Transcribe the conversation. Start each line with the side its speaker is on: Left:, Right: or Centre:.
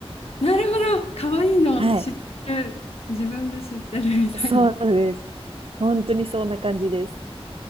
Left: なるほど、かわいいの知ってる、
Right: はい。
Left: 自分で知ってるみたいな。
Right: そうです。本当にそんな感じです。